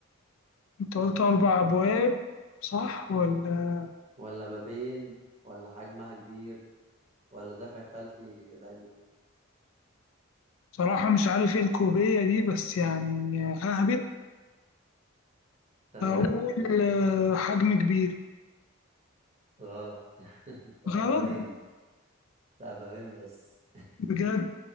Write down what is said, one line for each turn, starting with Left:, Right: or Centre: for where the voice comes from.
Left: انت قلت أربع أبواب صح ولا
Right: ولا بابين ولا حجمها كبير ولا دفع خلفي دايما
Left: بصراحة مش عارف ايه الكوبية دي بس يعني ههبط
Right: تمام
Left: أقول آه، حجم كبير
Right: غلط <laughs> بابين
Left: غلط
Right: لا بابين بس
Left: بجد